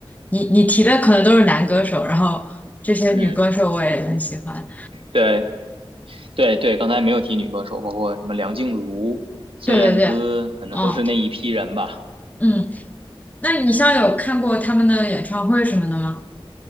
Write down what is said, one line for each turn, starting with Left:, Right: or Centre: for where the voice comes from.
Left: 你你提的可能都是男歌手，然后这些女歌手我也很喜欢。
Right: 嗯，对对对，刚才没有提女歌手，包括什么梁静茹、孙燕姿，
Left: 对对对，
Right: 反正都是那一批人吧。
Left: 嗯嗯，那你像有看过他们的演唱会什么的吗？